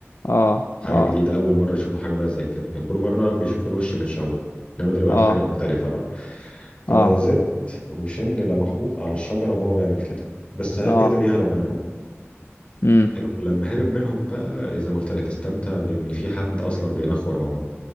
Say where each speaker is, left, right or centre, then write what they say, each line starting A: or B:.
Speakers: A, on the left (about 65°); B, on the left (about 25°).
A: اه
B: حاجة
A: اه
B: جديدة أول مرة يشوفوا حاجة بقى زي كده كان كل مرة بيشوفوا الوش متشوه إنما دلوقتي
A: اه
B: حاجة مختلفة بقى فزد
A: اه
B: وشن لمحوه على الشجرة وهو بيعمل كده بس قدر
A: اه
B: يهرب منهم
A: امم
B: حلو ولما هرب منهم بقى زي ما قلت لك استمتع بإن في حد أصلا بينخور وراه